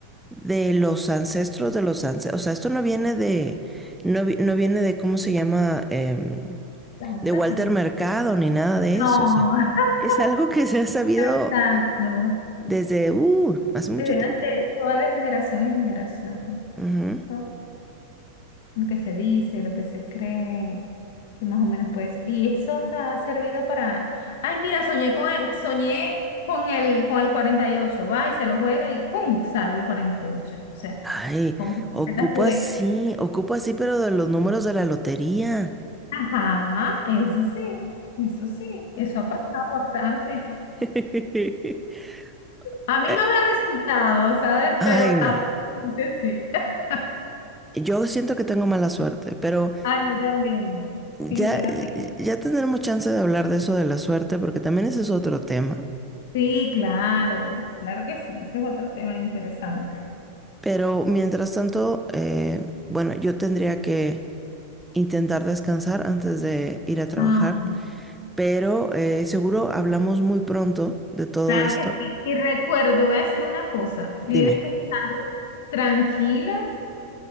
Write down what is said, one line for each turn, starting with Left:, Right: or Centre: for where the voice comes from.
Centre: de los ancestros de los ancestros. O sea, esto no viene de, no, no viene de, ¿cómo se llama? Eh,
Left: Exactamente.
Centre: de Walter Mercado ni nada de
Left: No.
Centre: eso. O sea,
Left: <laughs>
Centre: es algo que se ha sabido
Left: Exacto.
Centre: desde uh, hace mucho
Left: Desde
Centre: tiempo.
Left: hace- Eso va de generación en generación.
Centre: Ujú.
Left: no lo que se dice, lo que se cree, que más o menos puedes. Y eso hasta ha servido para, ay, mira, soñé con el, soñé con el, con el 48 va y se lo juega y ¡pum! sale el cuarenta y ocho, O sea,
Centre: Ay,
Left: ¿cómo interpretas
Centre: ocupo
Left: tú
Centre: así,
Left: eso?
Centre: ocupo así, pero de los números de la lotería.
Left: Ajá, eso sí, eso sí, eso ha pasado bastante.
Centre: <laughs>
Left: A mí
Centre: Eh,
Left: no me ha resultado, ¿sabes?
Centre: Ay,
Left: Pero
Centre: no.
Left: a gente sí. <laughs>
Centre: Yo siento que tengo mala suerte, pero
Left: Ah, yo también,
Centre: ya,
Left: sinceramente.
Centre: ya tendremos chance de hablar de eso de la suerte, porque también ese es otro tema.
Left: Sí, claro, claro que sí, ese es otro tema interesante.
Centre: Pero mientras tanto, eh, bueno, yo tendría que intentar descansar antes de ir a trabajar.
Left: Ah, ok.
Centre: pero eh, seguro hablamos muy pronto de todo
Left: Claro
Centre: esto.
Left: que sí. Y recuerda, te voy a decir una cosa,
Centre: Dime.
Left: tienes que estar tranquila